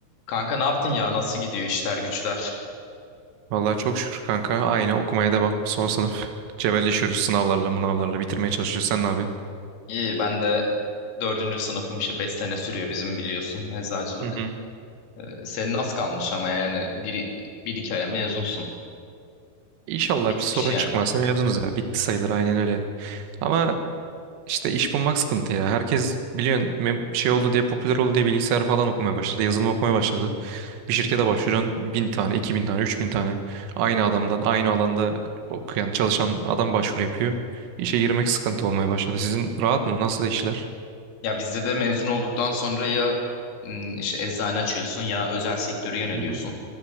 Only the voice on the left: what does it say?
Kanka ne yaptın ya? Nasıl gidiyor işler güçler?
İyi ben de dördüncü sınıfım işte beş sene sürüyor bizim biliyorsun eczacılık.
Ee, senin az kalmış ama yani bir, bir iki aya mezunsun.
Bitmiş
yani.
Ya bizde de mezun olduktan sonra ya m, işte eczane açıyorsun ya özel sektöre yöneliyorsun.